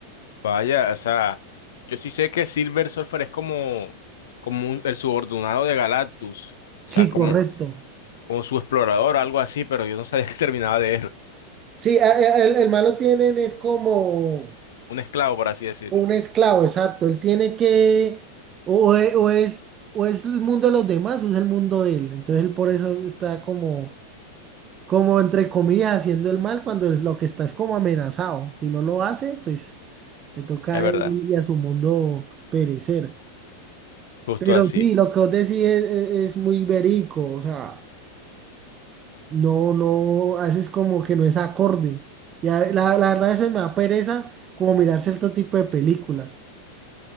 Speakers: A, on the left; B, on the right.
A: vaya, o sea, yo sí sé que Silver Surfer es como, como un- el subordinado de Galactus,
B: Sí,
A: o sea, como,
B: correcto.
A: como su explorador, algo así, pero yo no sabía <laughs> que terminaba de héroe,
B: Sí, a- a- el, el malo tienen es como...
A: un esclavo, por así decirlo.
B: Un esclavo, exacto. Él tiene que, o, o e- o es, o es el mundo de los demás o es el mundo de él. Entonces él por eso está como, como entre comillas haciendo el mal cuando es lo que está es como amenazado. Si no lo hace, pues le toca
A: Es
B: a
A: verdad,
B: él y a su mundo perecer.
A: justo
B: Pero
A: así.
B: sí, lo que vos decís es, es- es muy verico, o sea, no, no, haces como que no es acorde. Ya, la, la verdad a veces me da pereza como mirar cierto tipo de películas.